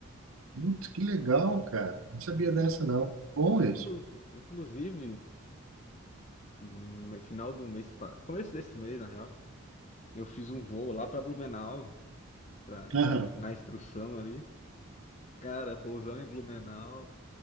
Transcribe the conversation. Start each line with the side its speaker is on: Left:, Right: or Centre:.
Right: Putz, que legal, cara. Não sabia dessa,
Left: In-
Right: não. Bom isso.
Left: inclu- inclusive, no final do mês, pa- começo desse mês, na real, eu fiz um voo lá pra Blumenau, pra,
Right: Aham.
Left: na instrução ali. Cara, pousamos em Blumenau.